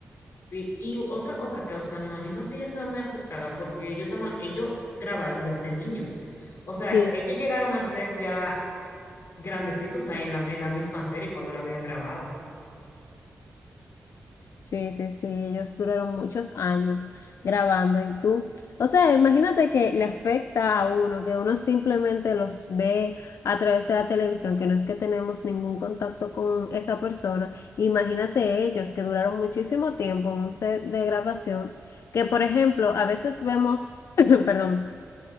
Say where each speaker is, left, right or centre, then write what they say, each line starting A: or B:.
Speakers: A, on the left (about 65°); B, on the left (about 85°).
A: Sí, y otra cosa que, o sea, me imagino que ella se ve muy afectada porque ellos, tama- ellos grabaron desde niños. O sea,
B: sí
A: ellos llegaron a ser ya grandecitos ahí en la, en la misma serie cuando la habían grabado.
B: Sí, sí, sí, ellos duraron muchos años grabando y tú, o sea, imagínate que le afecta a uno, que uno simplemente los ve a través de la televisión, que no es que tenemos ningún contacto con esa persona. Imagínate ellos que duraron muchísimo tiempo en un set de grabación, que por ejemplo, a veces vemos, <clears throat> perdón.